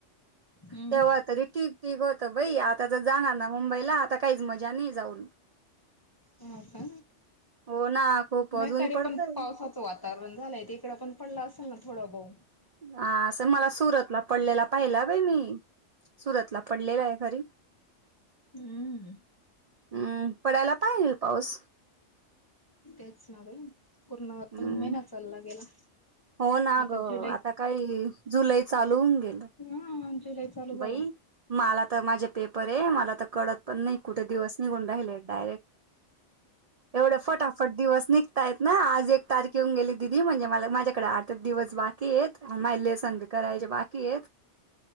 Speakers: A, on the left; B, on the right.
A: हम्म.
B: तेव्हा तरी ठीक-ठीक हो त बई आता तर जाणार ना मुंबईला आता काहीच मजा नाही जाऊन.
A: हो का?
B: हो ना खूप अजून
A: नाही तरी
B: पडतय
A: पण पावसाचं वातावरण झालंय तिकडं पण पडला असंल ना? थोडं ब
B: हा असं मला सुरतला पडलेला पाहिला बाई मी. सुरतला पडलेला आहे खरी.
A: हम्म.
B: हम्म पडायला पाहीजे येईल पाऊस.
A: तेच न बई पूर्ण <unintelligible>
B: हम्म
A: महिना चालला गेला.
B: हो ना
A: आता
B: ग
A: जुलै
B: आता काही जुलै चालू होऊन गेलं.
A: हा जुलै चालू झाला
B: बई मला तर माझे पेपरे मला आता कळत पण नाही कुठे दिवस निघुन राहिले डायरेक्ट एवढे फटाफट दिवस निघ ता येत ना आज एक तारीख येऊन गेली दिदी म्हणजे मला माझ्याकडे आठच दिवस बाकीयेत अन मायले संग करायचे बाकीयेत.